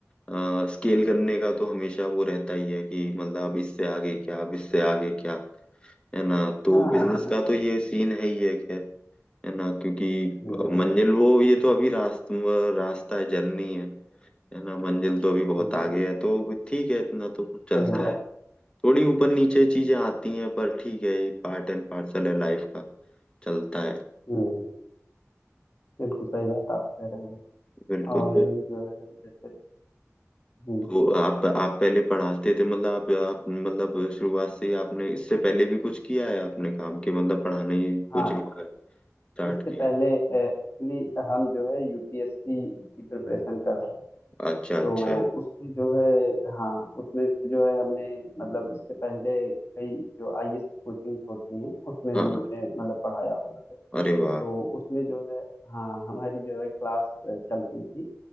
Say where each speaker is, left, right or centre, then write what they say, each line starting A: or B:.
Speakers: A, on the left; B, on the left.
A: आ, स्केल करने का तो हमेशा वो रहता ही है कि मतलब अब इससे आगे क्या अब इससे आगे क्या है ना तो
B: हाँ
A: बिजनेस
B: हम्म
A: का तो ये सीन है ही है खैर है ना क्योंकि
B: हम्म
A: मंजिल वो ये तो अभी रास्ता रास्ता है जर्नी है है ना मंजिल तो अभी बहुत
B: हम्म,
A: आगे है तो ठीक है इतना तो चलता
B: सही बात
A: है थोड़ी ऊपर नीचे चीजें आती हैं पर ठीक है पार्ट एंड पार्सल है लाइफ का चलता है
B: हम्म बिल्कुल सही बात आप कह रहे हैं
A: बिल्कुल
B: और जो है जैसे हम्म,
A: तो आप आप पहले पढ़ाते थे मतलब आप, आप मतलब शुरुआत से ही आपने इससे पहले भी कुछ किया है आपने काम के मतलब पढ़ाने ही कोचिंग
B: हाँ
A: स्टार्ट
B: इससे
A: किया
B: पहले एक्चुअली हम जो है यूपीएससी की प्रिपरेशन कर रहे हैं
A: अच्छा अच्छा
B: तो उसमें जो है हाँ उसमें जो है हमने मतलब इससे पहले कई जो आईएएस की कोचिंग होती हैं उसमें
A: हाँ
B: हमने मतलब पढ़ाया हुआ है
A: अरे वाह
B: तो उसमें जो है हाँ हमारी जो है क्लास अ, चलती थी